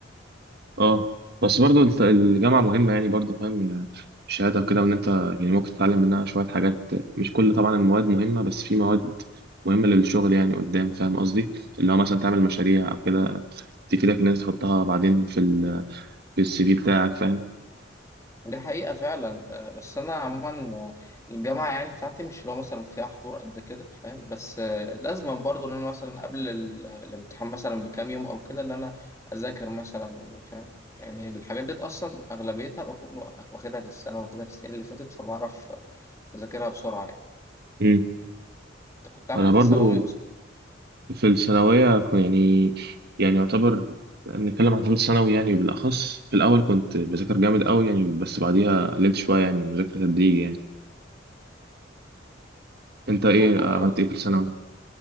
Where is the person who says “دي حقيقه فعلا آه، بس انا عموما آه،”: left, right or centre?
Left